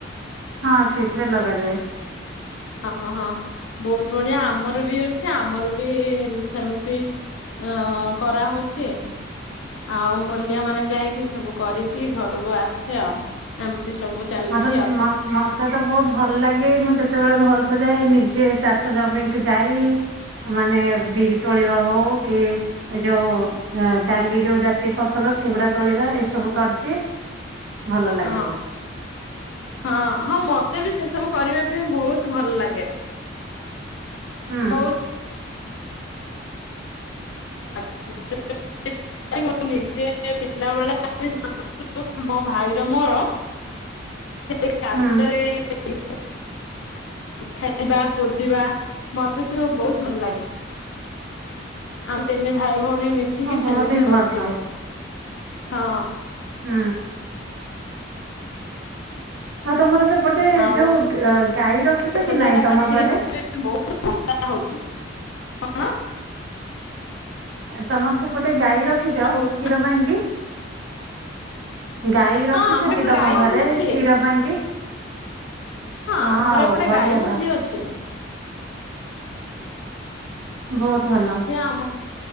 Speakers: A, on the right; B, on the left.
A: ହଁ ସେଥିରେ ଲଗାଯାଏ।
B: ହଁ ହଁ ବହୁତ ବଢିଆ ଆମର ବି ଅଛି ଆମର ବି ଏମି ସେମିତି ହଁ କରାହଉଚି। ଆଉ ମୂଲିଆ ମାନେ ଯାଇକି ସବୁ କରିକି ଘରକୁ ଆସେ ଆଉ ଏମତି ସବୁ ଚାଲିଛି
A: <unintelligible>
B: ଆଉ
A: ମତେ ତ ବହୁତ ଭଲ ଲାଗେ। ମୁଁ ଯେତେବେଳ ଘରକୁ ଯାଏ ନିଜେ ଚାଷ ଜମିକୁ ଯାଇ ମାନେ ବିରି ତୋଳିବା ହଉ କି ଏ ଜଉ ଆ ଡ଼ାଲି ଯୋଉ ଜାତୀୟ ଫସଲ ସେଗୁଡ଼ା ତୋଳିବା ଏସବୁ କରିଦିଏ। ଭଲ ଲାଗେ
B: ହଁ
A: ବହୁତ।
B: ହଁ। ହଁ ମତେ ବି ସେଇ ସବୁ କରିବା ପାଇଁ ବହୁତ ଭଲ ଲାଗେ।
A: ହୁଁ
B: ବହୁତ <unintelligible> <unintelligible> ମ ଭାଇର ମୋର ସେ
A: ହୁଁ
B: <unintelligible> ଖେଳିବା କୋଦିବା ମତେ ସ ର ବହୁତ ଭଲ ଲାଗେ।
A: <unintelligible>
B: ଆମ ତିନି ଭାଇ ଭଉଣୀ ମିଶିକି
A: ହଁ
B: ସେମିତି
A: ବହୁତ ହିଁ
B: କରୁଥିଲୁ।
A: ଭଲ
B: ହଁ।
A: ହୁଁ। ଆଉ ତମର ସେପଟେ
B: ଆଉ
A: ଯୋଉ ଗ ଏ ଗାଈ ରଖିଚ
B: ରଥଯାତ୍ରା
A: କି ନାଇଁ ତମ
B: ଅଛି
A: ଘରେ?
B: ସେଥିରେ ବହୁତ <unintelligible> ହଉଚି। କଣ?
A: ଆ ତମର ସେପଟେ ଗାଈ ରଖିଚ
B: କହୁଛୁ
A: କ୍ଷୀର ପାଇଁ କି? ଗାଈ ରଖିଚ
B: ହଁ ଆମର
A: କି
B: ଏପଟେ
A: ତମ
B: ଗାଈ
A: ଘରେ
B: ମଧ୍ୟ ଅଛି
A: କ୍ଷୀର ପାଇଁ କି? ହଁ
B: ଆମର
A: ଆଉ
B: ଏପଟେ
A: ବଢିଆ
B: ଗାଈ ମଧ୍ୟ
A: ତ।
B: ଅଛି।
A: ବହୁତ ଭଲ।
B: ଏ ଆମ